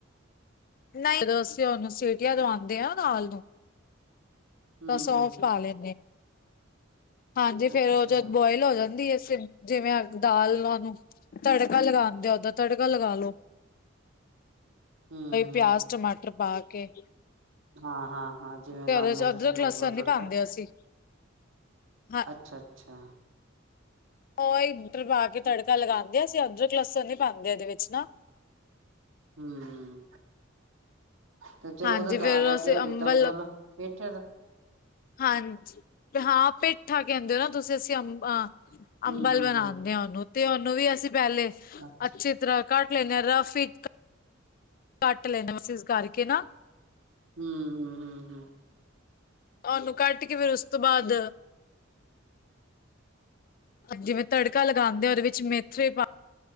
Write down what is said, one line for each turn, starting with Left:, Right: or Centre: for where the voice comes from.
Left: ਨਈ, ਜਦੋਂ ਅਸੀਂ ਓਹਨੂੰ ਸੀਟੀਆਂ ਦਵਾਦੇ ਹਾਂ ਨਾ ਦਾਲ ਨੂੰ,
Right: ਹੂੰ-ਹੂੰ-ਹੂੰ
Left: ਤਾਂ ਸੌਫ ਪਾ ਲੇ ਹਾਂਜੀ ਫੇਰ
Right: ਅੱਛਾ
Left: ਓਹ ਜਦ ਬੋਏਲ ਹੋ ਜਾਂਦੀ ਏ ਸੀਮ ਜਿਵੇਂ ਆ ਦਾਲਾ ਨੂੰ ਤੜਕਾ ਲਗਾਦੇ ਓ, ਉਦਾ ਤੜਕਾ ਲਗਾ ਲਓ।।
Right: ਹਮ।
Left: ਪਿਆਜ਼, ਟਮਾਟਰ ਪਾ ਕੇ।
Right: ਹਾਂ-ਹਾਂ-ਹਾਂ ਜਿਵੇਂ
Left: ਤੇ
Right: ਲਾਂਨੇ
Left: ਉਹਦੇ ਚ
Right: ਓ ਤੁਸੀਂ
Left: ਅਦਰਕ
Right: ਨੋਰਮਲ
Left: ਲਸਣ ਨੀ
Right: ਤੜਕਾ।
Left: ਪਾਉਂਦੇ ਅਸੀਂ ਹਾਂ
Right: ਅੱਛਾ-ਅੱਛਾ।
Left: ਓਹ ਏਟਰ ਪਾ ਕੇ ਤੜਕਾ ਲਗਾਂਦੇ ਆ, ਅਸੀਂ ਅੱਦਰਕ ਲੱਸਣ ਨਈ ਪਾਂਦੇ ਇਹਦੇ ਵਿੱਚ ਨਾ।
Right: ਹੂੰ 'ਤੇ ਚਲੋ
Left: ਹਾਂਜੀ
Right: ਉਹ ਤੇ ਦਾਲ
Left: ਫੇਰ
Right: ਰੈਡੀ
Left: ਅਸੀਂ
Right: ਹੋ
Left: ਅੰਬਲ
Right: ਗਈ ਤੰਬਲ ਪੇਠਿਆਂ ਦਾ।
Left: ਹਾਂਜੀ ਹਾਂ ਪੇਂਠਾ ਕਹਿੰਦੇ ਓ ਨਾ ਤੁਸੀਂ ਅਸੀਂ ਅੰਮ ਅ
Right: ਹੂੰ-ਹੂੰ-ਹੂੰ
Left: ਅੰਬਲ ਬਣਾਂਦੇ ਆ ਉਹਨੂੰ 'ਤੇ ਉਹਨੂੰ ਵੀ ਅਸੀਂ ਪਹਿਲੇ
Right: ਅੱਛਾ
Left: ਅੱਛੇ ਤਰ੍ਹਾਂ ਕੱਟ ਲੈਂਨੇ ਆ ਰਫ ਈ, ਕੱਟ ਲੈਂਨੇ ਮੀਸੀਜ਼ ਕਰਕੇ ਨਾ।
Right: ਹੂੰ ਹੂੰ ਹੂੰ ਹੂੰ।
Left: ਉਹਨੂੰ ਕੱਟ ਕੇ ਫੇਰ ਉਸ ਤੋਂ ਬਾਅਦ ਜਿਵੇਂ ਤੜਕਾ ਲਗਾਂਦੇ ਆ ਉਹਦੇ ਵਿੱਚ ਮੇਥਰੇ ਪਾ,